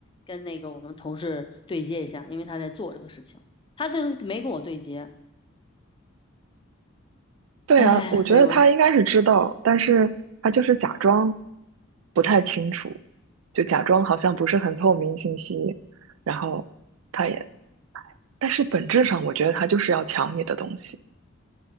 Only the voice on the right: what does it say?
对啊，
我觉得他应该是知道，
但是他就是假装不太清楚，就假装好像不是很透明信息，然后他也，但是本质上我觉得他就是要抢你的东西。